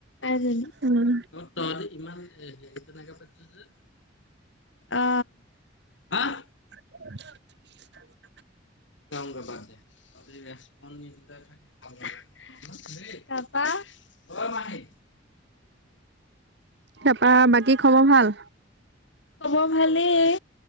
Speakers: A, on the left; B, on the right.
A: আইজনী
B: উম,
A: আ তই যে ইমান এ হেৰি তেনেকে পাতিছ যে অ আহ
B: <unintelligible>
A: জাওগে বাদেপ তহঁতি ৰিচপন নিদিলে থাকি <unintelligible> তাপা অ মাহী
B: তাপা বাকী খবৰ ভাল?
A: খবৰ ভালেই